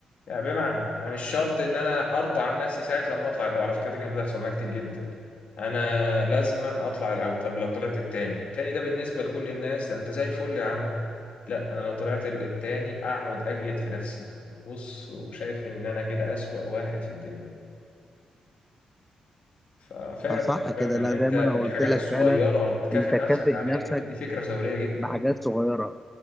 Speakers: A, on the left; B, in the centre.
A: يعني بمعنى يعني مش شرط ان انا ارضى عن نفسي ساعه لما اطلع الاول على فكره دي كانت بتحصل معايا كتير جدا انا لازما اطلع الاول طب لو طلعت التاني التاني ده بالنسبه لكل الناس ده انت زي الفل يا عم لا انا لو طلعت ال- التاني اقعد اجلد في نفسي بص وشايف ان انا كده اسوأ واحد في الدنيا ففعلا
B: فصح كده
A: فعلا
B: لا
A: يعني انت
B: زي ما
A: الحاجات
B: انا قلت لك
A: الصغيره
B: فعلا
A: تكافئ
B: انت كافئ
A: نفسك عليها
B: نفسك
A: دي فكره ثوريه جدا
B: بحاجات صغيره